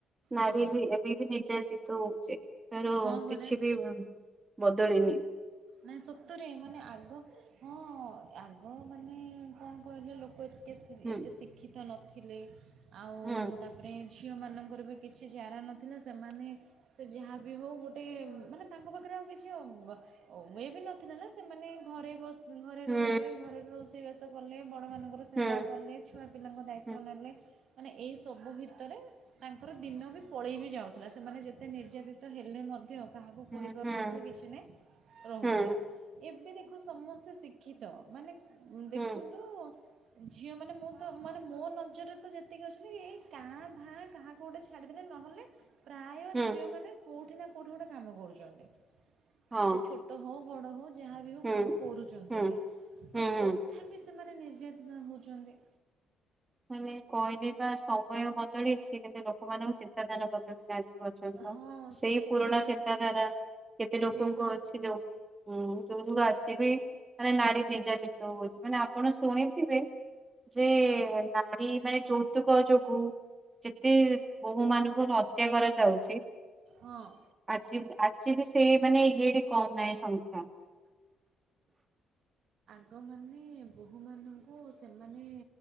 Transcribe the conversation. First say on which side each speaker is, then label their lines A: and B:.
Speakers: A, on the right; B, on the right.
A: ନାରୀ
B: ହଁ
A: ବି ଏବେ ବି ନିର୍ଯ୍ୟାତିତ ହଉଛି। ତାର
B: ହଁ ପରା
A: କିଛି ବି ବଦଳିିନି।
B: ନାଇଁ ସତରେ ମାନେ ଆଗ ହଁ ଆଗ ମାନେ କଣ କହିଲେ ଲୋକ କେ
A: ହୁଁ
B: ଏତେ ଶିକ୍ଷିତ ନଥିଲେ। ଥିଲେ। ଆଉ
A: ହୁଁ
B: ତାପରେ ଝିଅମାନଙ୍କର ବି କିଛି ଚାରା ନଥିଲା ସେମାନେ ସେ ଯାହା ବିି ହଉ ଗୋଟେ ମାନେ ତାଙ୍କ ପାଖରେ ଆଉ କିଛି ହଉ ମୁଁ ଇଏ ବି ନଥିଲା ନା ସେମାନେ ଘରେ ବସି ଘରେ
A: ହୁଁ
B: ରହିଲେ ଘରେ ର ବାସ କଲେ। ବଡ ମାନଙ୍କର ସେବା
A: ହୁଁ
B: କଲେ। ଛୁଆ ପିଲାଙ୍କ ଦାୟିତ୍ୱ
A: ହୁଁ
B: ନେଲେ। ମାନେ ଏଇ ସବୁ ଭିତରେ ତାଙ୍କର ଦିନ ବି ପଳେଇ ବି ଯାଉଥିଲା। ସେମାନେ ଯେତେ ନିର୍ଯ୍ୟାତିିତ ହେଲେ ହେଲେ ମଧ୍ୟ କାହାକୁ
A: ହୁଁ
B: କହିପାରୁନଥିଲି
A: ହୁଁ
B: କିଛି ନାହିଁ। ରହୁଥିଲେ।
A: ହୁଁ
B: ଏବେ ଦେଖ ସମସ୍ତେ ଶିକ୍ଷିତ ମାନେ ଦେଖନ୍ତୁ।
A: ହୁଁ ହୁଁ
B: ଝିଅମାନେ ମୁଁ ତ ମାନେ ମୋ ନଜରରେ ତ ଯେତିକି ଅଛନ୍ତି। ଏଇ କାଁ ଭାଁ କାହାକୁ ଗୋଟେ ଛାଡିଦେଲେ ନହେଲେ ପ୍ରାୟ
A: ହୁଁ
B: ଝିଅମାନେ କୋଉଠି ନା କେଉଠି ଗୋଟେ କାମ କରୁଛନ୍ତି।
A: ହଁ
B: ସେ ଛୋଟ ହୋଉ ବଡ ହୋଉ ଯାହା ବି ହଉ
A: ହୁଁ
B: କାମ କରୁଛନ୍ତି।
A: ହୁଁ
B: ଆଉ
A: ହୁଁ ହୁଁ
B: ତଥାପି ସେମାନେ ନିର୍ଯ୍ୟାତିତ ହଉଛନ୍ତି।
A: ମାନେ କହିଲିବା ସମୟ ବଦଳିଛି କିନ୍ତୁ ଲୋକମାନଙ୍କ ଚିନ୍ତାଧାରା ବଦଳିବା ଆଜି ପର୍ଯ୍ୟନ୍ତ
B: ହଁ
A: ସେଇ
B: ସେ
A: ପୁରୁଣା
B: ପୁରା
A: ଚେତାଧାରା କେତେ ଲୋକଙ୍କ
B: ସେଇ ପୁରା
A: ଅଛି ଯୋଉଁ ଯୋଉ ଯୁ ଆଜି ବି ମାନେ ନାରୀ ନିର୍ଯ୍ୟା ଯିତ ହଉଛି ମାନେ ଆପଣ ଶୁଣିଥିବେ ଯେ ନାରୀ ମାନେ ଯୌତୁକ ଯୋଗୁ ଯେତେ ବୋହୂ ମାନଙ୍କୁ ହତ୍ୟା କରାଯାଉ
B: ହଁ
A: ଆଜି ଆଜି ବି ସେ ମାନେ ଇଏ କମ୍ ନାହିଁ ସଂଖ୍ୟା।
B: ଲୋକମାନେ ବୋହୁମାନ କୁ ସେମାନେ